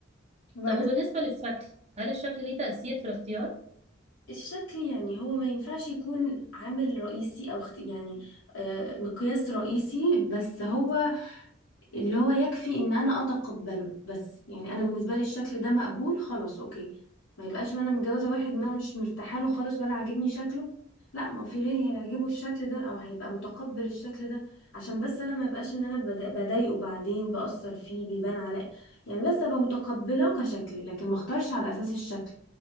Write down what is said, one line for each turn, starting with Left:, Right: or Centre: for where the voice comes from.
Left: وبقى
Right: طب
Left: بس
Right: وبالنسبة للشكل هل الشكل ليه تأثير في الاختيار؟
Left: الشكل يعني هو ما ينفعش يكون عامل رئيسي او اخت- يعني آه، مقياس رئيسي بس هو اللي هو يكفي ان انا اتقبله بس يعني انا بالنسبه لي الشكل ده مقبول خلاص اوكي ما يبقاش ما انا متجوزه واحد ما مش مرتاحه له خالص ولا عاجبني شكله لا ما في غيري هيعجبه الشكل ده او هيبقى متقبل الشكل ده عشان بس انا ما يبقاش ان انا بدا- بضايقه بعدين باثر فيه بيبان على يعني بس ابقى متقبله كشكل لكن ما اختارش على اساس الشكل